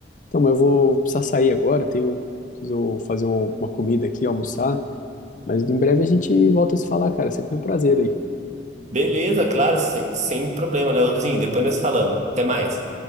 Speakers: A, on the left (about 45°); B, on the right (about 40°).
A: Então, mas eu vou precisar sair agora, tenho, preciso fazer um- uma comida aqui, almoçar, mas em breve a gente volta a se falar, cara. Sempre um prazer aí.
B: Beleza, claro, sem, sem problema, né, Leozinho? Depois nós falamos. Até mais.